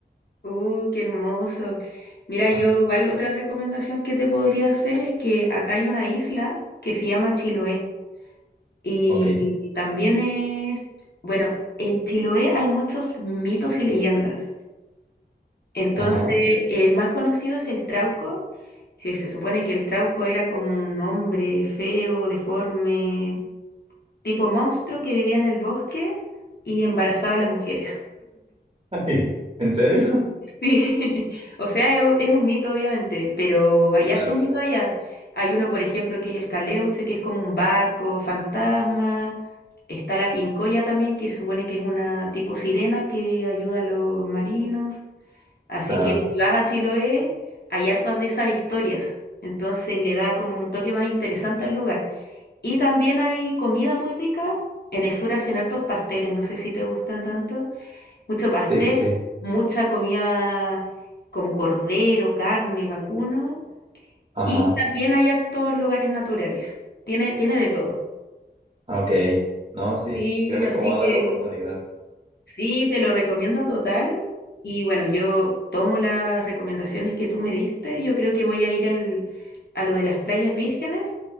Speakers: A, on the left; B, on the right.
A: Uh, qué hermoso. Mira, yo
B: Ajá,
A: igual otra recomendación que te podría hacer es que acá hay una isla que se llama Chiloé y
B: ok.
A: también es, bueno, en Chiloé hay muchos mitos y leyendas. Entonces,
B: Ajá.
A: el más conocido es el Trauco. que se supone que el Trauco era como un hombre feo, deforme, tipo monstruo que vivía en el bosque y embarazaba a las mujeres.
B: <laughs> Ay, ¿En serio?
A: Sí, <laughs> o sea, es, u- es un mito obviamente, pero hay
B: Sí,
A: hartos
B: claro,
A: mitos
B: claro.
A: allá.
B: Sí, sí.
A: Hay uno, por ejemplo, que es el Caleuche, que es como un barco fantasma. Está la Pincoya también, que supone que es una tipo sirena que ayuda a los marinos. Así
B: Claro.
A: que si vas a Chiloé, hay hartas de esas historias. Entonces le da como un toque más interesante al lugar. Y también hay comida muy rica. En el sur hacen hartos pasteles, no sé si te gustan tanto. Mucho pastel,
B: Sí, sí, sí.
A: mucha comida como cordero, carne, vacuno
B: Ajá.
A: y también hay hartos lugares naturales. Tiene, tiene de todo.
B: Ok. No, sí.
A: Sí,
B: Créeme
A: así
B: que me va a
A: que
B: dar la oportunidad.
A: sí, te lo recomiendo total. Y bueno, yo tomo las recomendaciones que tú me diste. Yo creo que voy a ir al, a lo de las playas vírgenes.